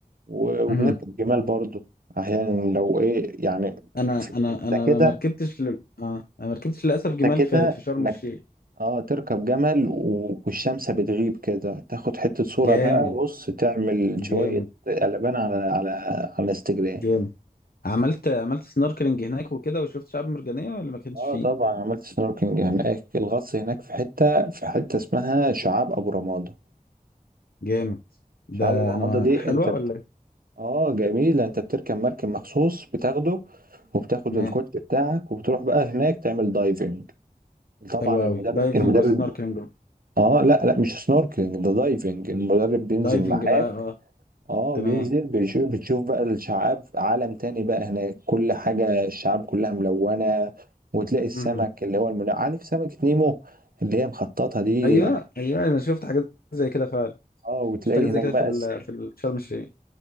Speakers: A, on the right; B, on the left.
A: و- وبنركب
B: مم.
A: جمال برضه أحيانا لو إيه يعني
B: انا
A: في
B: انا
A: حتة
B: انا
A: كده
B: ما ركبتش لل... اه انا ما ركبتش للاسف
A: حتة
B: جمال
A: كده
B: في في شرم
A: إنك
B: الشيخ
A: اه تركب جمل و- والشمس بتغيب كده تاخد حتة صورة
B: جامد
A: بقى بص تعمل
B: جامد
A: شوية قلبان على على على انستجرام
B: جامد عملت عملت سنوركلينج هناك وكده وشفت شعاب مرجانية ولا ما كانش
A: اه
B: فيه
A: طبعا عملت سنوركينج هناك الغطس هناك في حته في حته اسمها شعاب ابو رمادة
B: جامد ده
A: شعاب ابو رمادة
B: انا ما
A: دي
B: حلوة
A: انت بت...
B: ولا إيه؟
A: اه جميله انت بتركب مركب مخصوص بتاخده وبتاخد
B: تمام
A: الكوت بتاعك وبتروح بقى هناك تعمل دايفنج طبعا
B: حلوة
A: المدرب
B: قوي دايفنج
A: المدرب
B: وسنوركلينج
A: اه لا لا مش سنوركلينج ده دايفنج المدرب بينزل
B: دايفنج
A: معاك
B: بقى اه
A: اه
B: تمام
A: بينزل بيشوف بتشوف بقى الشعاب عالم تاني بقى هناك كل حاجة الشعاب كلها ملونة وتلاقي السمك
B: مهم.
A: اللي هو المل... عارف سمكة نيمو اللي هي مخططة دي
B: ايوه ايوه انا شفت حاجات زي كده فعلا
A: اه وتلاقي
B: شفت حاجات
A: هناك
B: زي كده
A: بقى
B: في ال
A: س...
B: في ال- شرم الشيخ